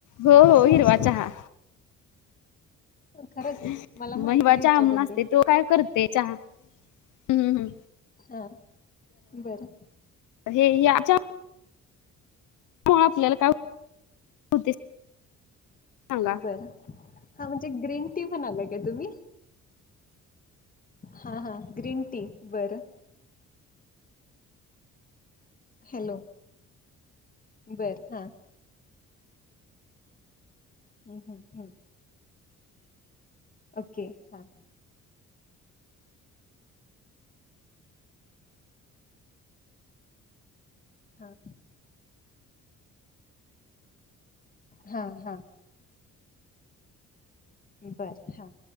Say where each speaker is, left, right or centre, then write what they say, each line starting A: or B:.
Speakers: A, on the left; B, on the left.
A: हो
B: हा
A: हो
B: कसला
A: हिरवा
B: असतो?
A: चहा.
B: खरंच
A: हिरवा
B: मला माहित नाही ह्याच्याबद्दल
A: चहा म्हणून असतोय, तो काय करतोय चहा? हम्मम.
B: हा- बरं-
A: हे, याच्या- मुळं आपल्याला काय होते? सांगा
B: बरं. हा म्हणजे ग्रीन टी म्हणालाय काय तुम्ही? हा हा ग्रीन टी. बरं. हॅलो. बर- हा हम्म हम्म हम्म. ओके. हां. हा. हा. हा. बर हा.